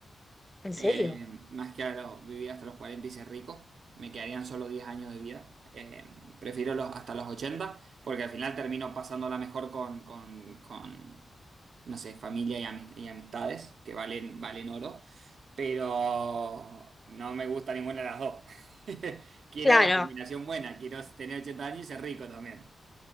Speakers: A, on the left; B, on the right.
A: ¿En serio?
B: eh, más que a los- vivir hasta los 40 y ser rico. Me quedarían solo 10 años de vida. Eh, prefiero los, hasta los 80 porque al final termino pasándola mejor con, con, con, no sé, familia y, ami- y amistades, que valen, valen oro, pero no me gusta ninguna de las dos. <laughs> Quiero
A: Claro.
B: la combinación buena, quiero tener 80 años y ser rico también.